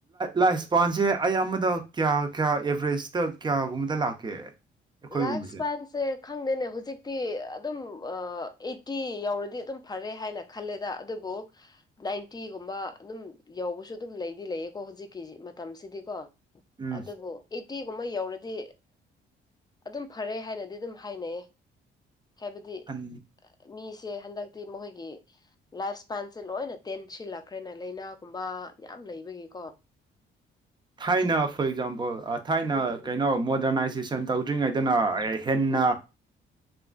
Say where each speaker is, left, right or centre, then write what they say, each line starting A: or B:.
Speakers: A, on the right (about 20°); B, on the left (about 20°).
A: ꯂꯥꯏ ꯄꯥꯟꯁꯦ ꯑꯩ ꯑꯃꯗ ꯀꯌꯥ ꯀꯌꯥ ꯑꯦꯚꯔꯦꯁꯇ ꯀꯌꯥꯒꯨꯝꯕꯗ ꯂꯥꯛꯀꯦ ꯑꯩꯈꯣꯏꯒꯨꯝꯕꯁꯦ
B: ꯂꯥꯏꯐ ꯁꯄꯟꯁ ꯁꯦ ꯈꯪꯗꯦꯅꯦ ꯍꯧꯖꯤꯛꯇꯤ ꯑꯗꯨꯝ ꯑꯩꯠꯇꯤ ꯌꯥꯧꯔꯗꯤ ꯑꯗꯨꯝ ꯐꯔꯦ ꯍꯥꯏꯅ ꯈꯜꯂꯦꯗ ꯑꯗꯨꯕꯨ ꯅꯥꯏꯟꯇꯤꯒꯨꯝꯕ ꯑꯗꯨꯝ ꯌꯧꯕꯁꯨ ꯑꯗꯨꯝ ꯂꯩꯗꯤ ꯂꯩꯌꯦꯀꯣ ꯍꯧꯖꯤꯛꯀꯤ ꯃꯇꯝꯁꯤꯗꯤꯀꯣ
A: ꯎꯝ
B: ꯑꯗꯨꯕꯨ ꯑꯩꯠꯇꯤꯒꯨꯝꯕ ꯌꯧꯔꯗꯤ ꯑꯗꯨꯝ ꯐꯔꯦ ꯍꯥꯏꯅꯗꯤ ꯑꯗꯨꯝ ꯍꯥꯏꯅꯩꯌꯦ ꯍꯥꯏꯕꯗꯤ
A: ꯍꯟ
B: ꯃꯤꯁꯦ ꯍꯟꯗꯛ ꯒꯤ ꯃꯈꯣꯏꯒꯤ ꯂꯥꯏꯐ ꯏꯁꯄꯥꯏꯟꯁꯦ ꯂꯣꯏꯅ ꯇꯦꯟꯁꯤꯜꯂꯛꯈ꯭ꯔꯦꯅ ꯂꯥꯏꯅꯥꯒꯨꯝꯕ ꯌꯥꯝ ꯂꯩꯕꯒꯤꯀꯣ
A: ꯊꯥꯏꯅ ꯐꯣꯔ ꯑꯦꯛꯖꯥꯝꯄꯜ ꯊꯥꯏꯅ
B: ꯎꯝ
A: ꯀꯩꯅꯣ ꯃꯣꯗꯔꯅꯥꯏꯖꯦꯁꯟ ꯇꯧꯗ꯭ꯔꯤꯉꯩꯗꯅ ꯑꯦ ꯍꯦꯟꯅ
B: ꯎꯝ ꯎꯝ